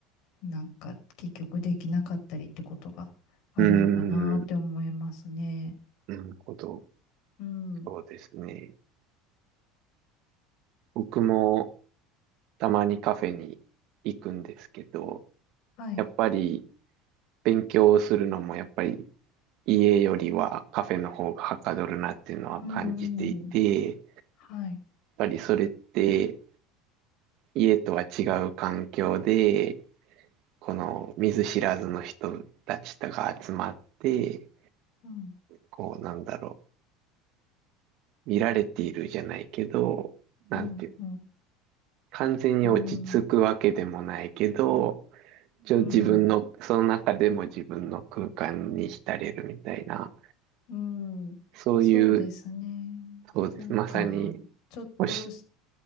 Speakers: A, on the left; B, on the right.
A: なんか結局できなかったりってことがあるのかなって思いますね。
B: うん、なるほど。
A: うん。
B: そうですね。僕もたまにカフェに行くんですけど、
A: はい。
B: やっぱり勉強をするのもやっぱり家よりはカフェの方がはかどるなっていうのは感じていて、
A: うん、うん。
B: やっ
A: はい。
B: ぱりそれって家とは違う環境で、この見ず知らずの人たちとが集まって、
A: うん、
B: こうなんだろう、見られているじゃないけど、なんていう、
A: うん、うん。
B: 完全に落ち着くわけでもないけど、
A: うん、
B: 一応自分の、
A: うん、
B: その中でも自分の空間に浸れるみたいな、
A: うん。
B: そういう、
A: そうですね。
B: そうです。
A: なんか、
B: まさに、
A: ちょっとし、
B: おし、